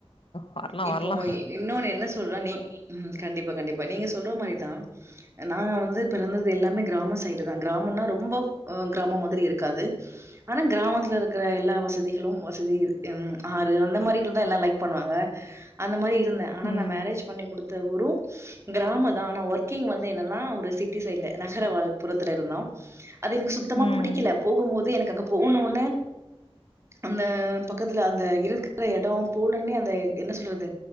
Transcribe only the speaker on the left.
வர்லா
வர்லா
ம்
ம்